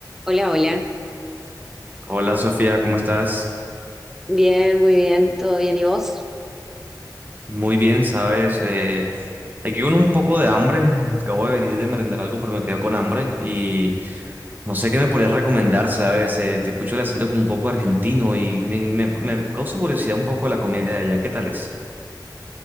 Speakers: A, in the centre; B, on the right (about 25°).
A: Hola, hola.
B: Hola Sofía, ¿cómo estás?
A: Bien, muy bien. ¿Todo bien? ¿Y vos?
B: Muy bien, sabes, eh, aquí con un poco de hambre, acabo de venir de merendar algo, pero me quedo con hambre y no sé qué me podrías recomendar, sabes, Eh, te escucho el acento como un poco argentino y me, me- me causa curiosidad un poco la comida de allá, ¿qué tal es?